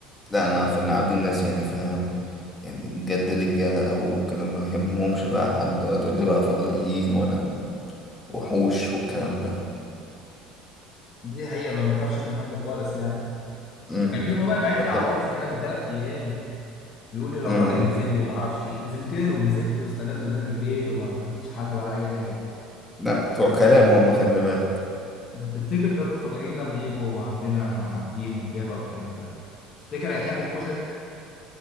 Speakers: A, on the left; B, on the left.
A: لا انا في إن عابدين الناس يعني فاهم يعني بجد رجاله قوي وكده ما يهمهمش بقى حد ولا تقول لي بقى فضائيين ولا وحوش والكلام ده
B: دي حقيقة ما بنخافش من حد خالص يعني
A: مم.
B: كان في فضائي باعت
A: بس
B: لي على الواتس كده من ثلاث ايام بيقول لي لو
A: مم.
B: راجل انزل لي وما اعرفش ايه نزلت له ونزلت واستنيت قدام البيت وما شفتش حد ولا اي حاجه
A: لا بتوع كلام هم خلي بالك
B: تفتكر طب الفضائيين لما يجوا عندنا عابدين وامبابه والكلام ده تفتكر هيحبوا الكشري